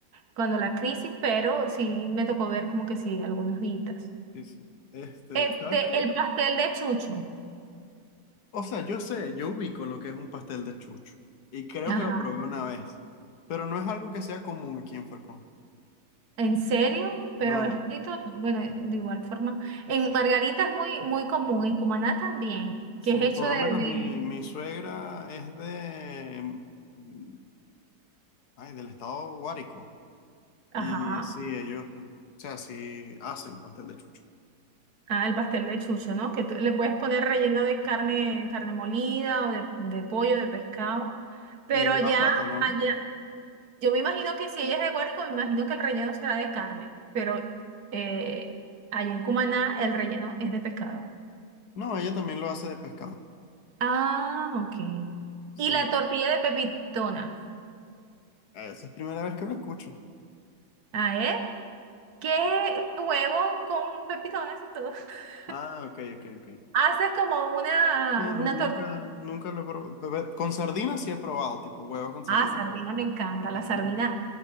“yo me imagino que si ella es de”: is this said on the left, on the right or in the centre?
Right